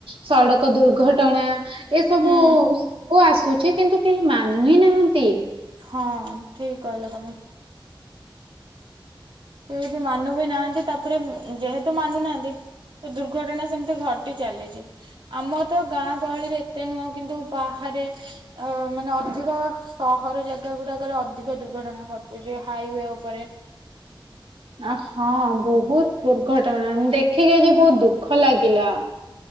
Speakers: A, on the right; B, on the right.
A: ସଡ଼କ ଦୁର୍ଘଟଣା। ଏସବୁ
B: ହୁଁ
A: ସବୁ ଆସୁଛି କିନ୍ତୁ କେହି ମାନୁ ହିଁ ନାହାନ୍ତି।
B: ହଁ ଠିକ କହିଲ ତମେ। କେହିଁ ବି ମାନୁ ବି ନାହାନ୍ତି ତାପରେ ଯେହେତୁ ମାନୁନାହାନ୍ତି ତ ଦୁର୍ଘଟଣା ସେମିତି ଘଟି ଚାଲିଛି। ଆମ ତ ଗାଁ ଗହଳିରେ ଏତେ ନୁହଁ କିନ୍ତୁ ବାହାରେ ଅ ମାନେ ଅଧିକ ସହର ଜାଗା ଗୁଡାକରେ ଅଧିକ ଦୁର୍ଘଟଣା ଘଟୁଛି ହାଇୱେ ଉପରେ।
A: ଆ ହଁ ବହୁତ ଦୁର୍ଘଟଣା ଦେଖିକି ଆଜି ବହୁତ ଦୁଃଖ ଲାଗିଲା।